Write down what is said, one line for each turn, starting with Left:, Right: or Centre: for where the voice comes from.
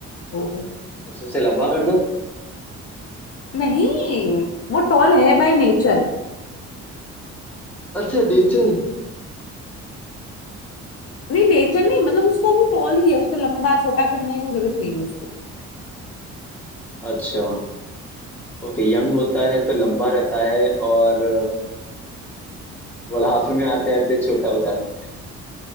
Left: है वो तो
Centre: उसे उसे लंबा कर दो
Left: नहीं वो टॉल है बाय नेचर
Centre: अच्छा नेचर
Left: नहीं नेचर नहीं मतलब उसका वो टॉल ही है उसको लंबा छोटा करने की कोई जरूरत नहीं है उसको
Centre: अच्छा ओके यंग होता है तो लंबा रहता है और बुढ़ापे में आते आते छोटा हो जाता है